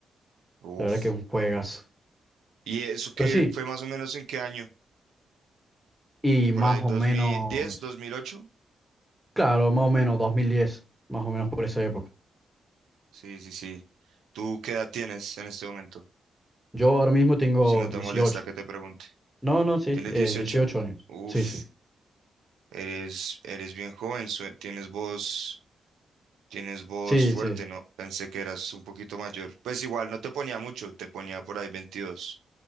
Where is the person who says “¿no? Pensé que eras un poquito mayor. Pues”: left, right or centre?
Right